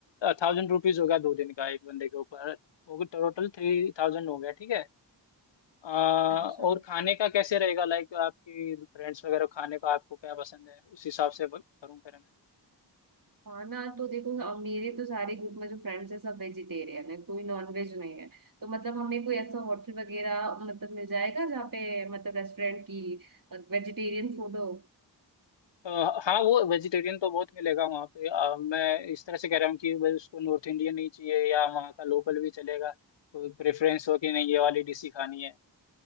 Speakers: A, on the left (about 85°); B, on the right (about 50°).
A: थाउजेंड रुपीज हो गया दो दिन का एक बंदे के ऊपर वो टोटल थ्री थाउजेंड हो गया ठीक है आ,
B: अच्छा
A: और खाने का कैसे रहेगा लाइक आपकी फ्रेंड्स वगैरह खाने का आपको क्या पसंद है उस हिसाब से करूँ फिर
B: खाना तो देखो अब मेरे तो सारे ग्रुप में जो फ्रेंड्स है सब वेजिटेरियन है कोई नॉन वेज नहीं है तो मतलब हमें कोई ऐसा होटल वगैरह मतलब मिल जाएगा जहाँ पे मतलब रेस्टोरेंट की वेजिटेरियन फूड हो
A: अ, हाँ वो वेजिटेरियन तो बहुत मिलेगा वहाँ पे अ, मैं इस तरह से कह रहा हूँ कि भाई उसको नॉर्थ इंडियन ही चाहिए या वहाँ का लोकल भी चलेगा कोई प्रेफरेंस हो कि नहीं ये वाली डिश ही खानी है